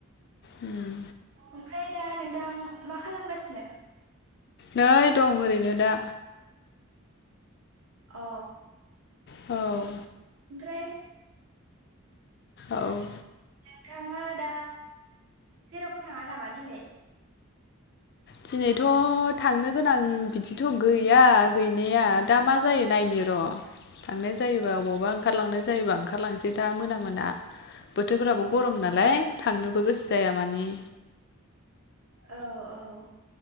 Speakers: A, on the left; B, on the right.
A: उम।
B: ओमफ्राय दा नोंथां मा खालामगासिनो?
A: नै दं ओरैनो दा।
B: अ।
A: औ।
B: ओमफ्राय
A: औ।
B: नोंथाङा दा जेरावबो थाङा नामा दिनै?
A: दिनैथ' थांनो गोनां बिदिथ' गैया गैनाया दा मा जायो नायनो। र' थांनाय जायोबा अबावबा ओंखारलांनाय जायोबा ओंखारलांनोसै दा मोना मोना। बोथोरफोराबो गरम नालाय थांनोबो गोसो जाया माने।
B: औ औ।